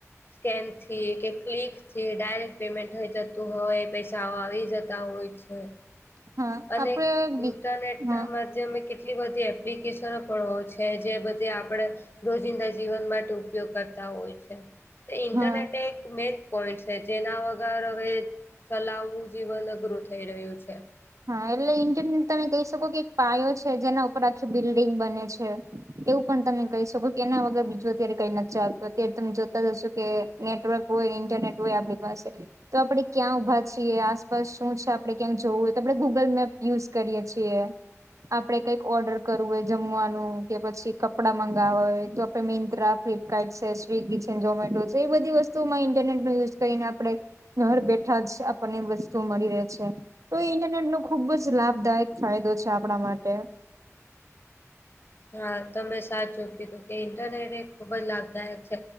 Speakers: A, on the left; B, on the right.
A: સ્કેન થી કે ક્લિક થી ડાયરેક્ટ પેમેન્ટ થઈ જતું હવે પૈસા આવી જતા હોય છે
B: હા
A: અને
B: આપડે
A: ઇન્ટરનેટ
B: હા
A: ના બધા જે અમે કેટલી બધી એપ્લિકેશનો પણ હો છે જે બધી આપણે રોજિંદા જીવન માટે ઉપયોગ કરતા હોય છે તો ઇન્ટરનેટ
B: હા
A: એક મેન પોઈન્ટ છે જેના વગર હવે ચલાવવું જીવન અઘરું થઈ રહ્યું છે
B: હા એટલે ઇજન તમે કહી શકો કે એક પાયો છે જેના ઉપર આખી બિલ્ડિંગ બને છે એવું પણ તમે કહી શકો કે એના વગર બીજું અત્યારે કઈ નથી ચાલતું અત્યારે તમે જોતા હશો કે નેટવર્ક હોય ઇન્ટરનેટ હોય આપણી પાસે તો આપડે ક્યાં ઊભા છીએ આસપાસ શું છે આપડે ક્યાં જવું આપણે ગૂગલ મેપ યુઝ કરીએ છીએ આપડે કઈક ઓર્ડર કરવું હોય જમવાનું કે પછી કપડાં મંગાવવા હોય તો મિન્ત્રા ફ્લિપકાર્ટ છે સ્વિગી છે ઝમેટો છે એ બધી વસ્તુઓમાં ઇન્ટરનેટ નો યુઝ કરીને આપડે ઘર બેઠા જ આપણને વસ્તુ મળી રહે છે તો ઇન્ટરનેટ નો ખુબ જ લાભદાયક ફાયદો છે આપણા માટે
A: હા તમે સાચુ કીધું કે ઇન્ટરનેટ એ ખુબ જ લાભદાયક છે